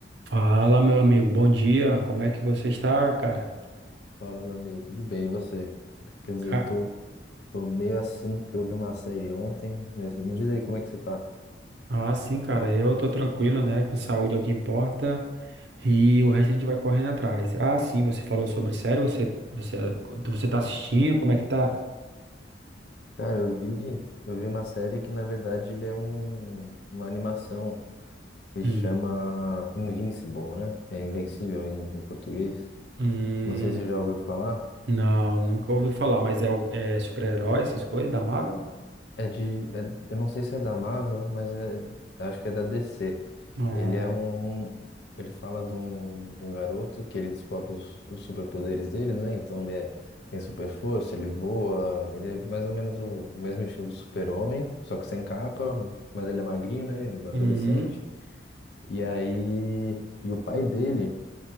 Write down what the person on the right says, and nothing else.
Fala, meu amigo, bom dia. Como é que você está, cara?
Ca-
Ah, sim, cara, eu tô tranquilo, né? Com saúde é o que importa. E o resto a gente vai correndo atrás. Ah, sim, você falou sobre série, você você você tá assistindo, como é que tá?
Hum.
Hum,
não, nunca ouvi falar, mas é, o- é super-herói, essas coisas da Marvel?
Ah,
uhum.